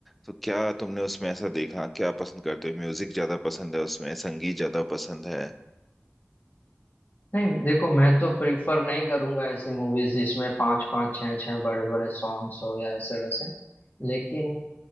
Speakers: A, in the centre; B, on the left (about 45°).
A: तो क्या तुमने उसमें ऐसा देखा क्या पसंद करते हो म्यूजिक ज्यादा पसंद है उसमें संगीत ज्यादा पसंद है
B: नहीं देखो मैं तो प्रिफर नहीं करूंगा ऐसी मूवीज जिसमें पांच पांच छह छह बड़े बड़े सॉन्ग्स हो या ऐसे वैसे लेकिन